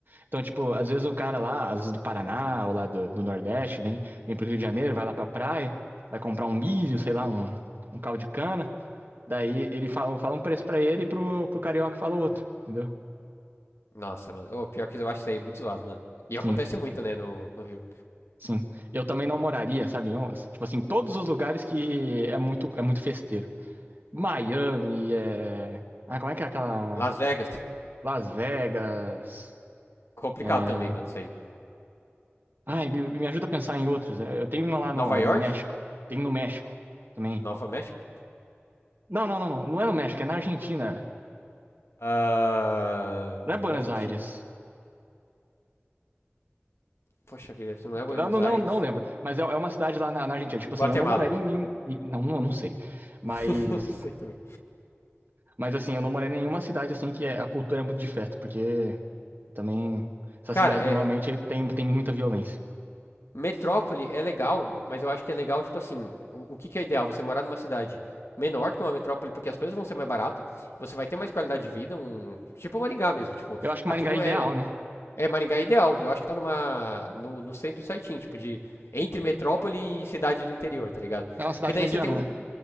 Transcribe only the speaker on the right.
Então, tipo, às vezes o cara lá, às vezes do Paraná ou lá do, do Nordeste, vem, vem pro Rio de Janeiro, vai lá pra praia, vai comprar um milho, sei lá, um, um caldo de cana. Daí ele fala, fala um preço para ele e pro, pro carioca fala outro, entendeu?
Sim.
Sim. Eu também não moraria, sabe? Eu, tipo assim, todos os lugares que é muito, é muito festeiro. Miami, é... Ah, como é que é aquela...
Las Vegas,
é...
Ai, me, me ajuda a pensar em outros. É, eu tenho uma lá
no,
no México. Tem no México também.
Não, não, não, não. Não é no México, é na Argentina.
Não é Buenos
Aires.
Não, não,
não, não lembro. Mas é, é uma cidade lá na, na Argentina. Tipo
assim, eu não moraria em... nenhum- em- Não, não, não sei. Mas...
Mas assim, eu não moraria em nenhuma cidade assim que é- a cultura é muito de festa, porque... Também, essas
cidades
normalmente tem, tem muita violência.
Eu acho que
Maringá
é ideal,
né?
É uma cidade
mediana,
né?